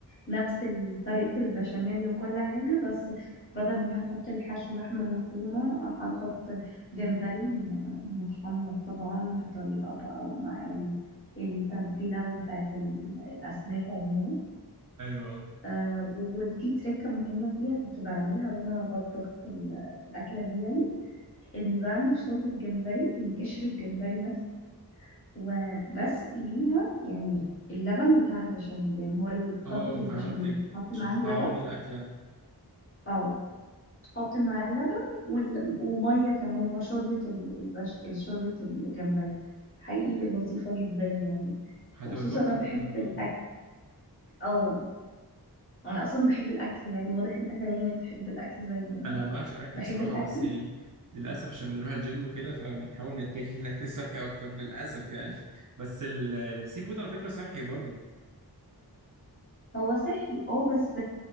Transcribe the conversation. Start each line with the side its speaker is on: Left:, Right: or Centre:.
Left: نفس ال- طريقة البشاميل وكل حاجة بس بدل ما هنحط الحشو لحمة مفرومة هنحط جمبري م- متحمر طبعا بطريقة بقى ومع ال- التتبيلة بتاعت ال- الأسماك عموما
Right: ايوه
Left: آه وفي تركة مهمة فيها كنت بعملها وأنا بطبخ ال- الأكلة دي يعني إن بعمل شوربة جمبري من قشر الجمبري نفسه وبسقي بيها يعني اللبن بتاع البشاميل يعني هو ال- خلطة
Right: اه
Left: البشاميل
Right: فهمتك
Left: بتحط
Right: عشان
Left: معاها
Right: تطعمي
Left: لبن
Right: الأكلة
Left: اه تحط معاه اللبن وال... ومية كمان اللي هو شوربة ال- البش... شوربة الجمبري حقيقي لطيفة جدا يعني
Right: هتبقى
Left: وخصوصا
Right: تحفة
Left: انا بحب
Right: فاهم
Left: الاكل
Right: اه
Left: او انا اصلا بحب الاكل يعني واضح انت كمان يعني بتحب الاكل زي انا
Right: انا بعشق الأكل
Left: بحب
Right: بصراحة
Left: الاكل
Right: بس يعني للأسف عشان بنروح الجيم وكده فبنحاول نتجه <laughs> للأكل الصحي أكتر للأسف يعني <laughs> بس ال- السي فود على فكرة صحي برضو
Left: هو صحي اه بس